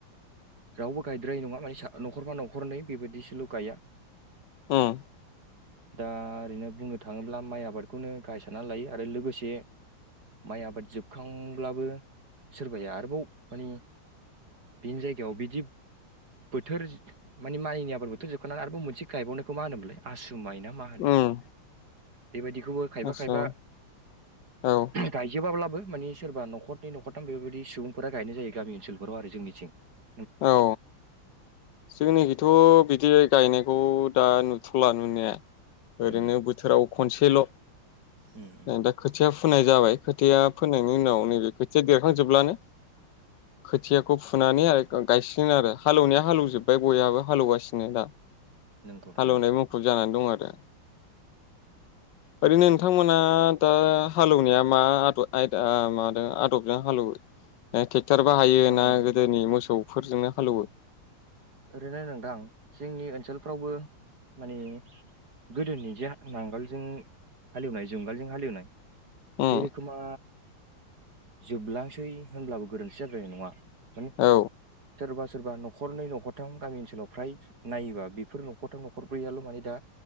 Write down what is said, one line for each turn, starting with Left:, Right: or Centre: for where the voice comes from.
Right: रावबो गायद्राय नङा माने न'खरबा न'खरनै बेबायदिसोल' गाया
Left: उम
Right: दा ओरैनो बुंनो थाङोब्ला माइ आबादखौनो गाहाय सानना लायो आरो लोगोसे माइ आबाद जोबखांब्लाबो सोरबाया आरोबाव मानि बेनि जायगायाव बिदि बोथोर माने माइनि आबाद बोथोर जोबखांनानै आरोबाव मोनसे गायबावनायखौ मा होनोमोनले आसु मायना मा होनो?
Left: उम
Right: बेबायदिखौबो खायफा-खायफा
Left: आस्सा औ
Right: गायजोबाब्लाबो मानि सोरबा न'खरनै न'खरथाम बेफोरबायदि सुबुंफोरा गायनाय जायो गामि ओनसोलफोराव आरो जोंनिथिं ।
Left: औ जोंनिखिथ' बिदि गायनायखौ दा नुथ'ला नुनाया ओरैनो
Right: उम,
Left: बोथोराव खनसेल'
Right: उम, उम,
Left: दा खोथिया फोनाय जाबाय खोथिया फोनायनायनि उनाव नैबे खोथिया देर खांजोबब्लानो खोथियाखौ फुनानै आरो गायसिगोन आरो हालौवनाया हालौव जोब्बाय बयहाबो हालेवगासिनो दा
Right: नंगौ थारैनो
Left: हालेवनाय मुखुब जानानै दं आरो ओरैनो नोंथांमोन दा हालौनाया मा आद-आयदा मादों आदबजों हालेवो? ओ थे टार बा हायो
Right: ओरै
Left: ना गोदोनि मोसौफोरजोंनो हालोवो
Right: ओरैनो नोंथां जोंनि ओनसोलफ्रावबो मानि गोदोनि जे नांगोलजों हालेवनाय जुंगालजों हालेवनाय
Left: उम
Right: बे रखोमा जोबलांसै होनब्लाबो गोरोन्थि जाद्रायनाय नङा माने
Left: औ
Right: सोर बास सोरबा नखरनै नख थाम गामि ओनसोलाव फ्राय नायोबा बेफोर न'खरथाम न'खरब्रैयाल' माने दा‌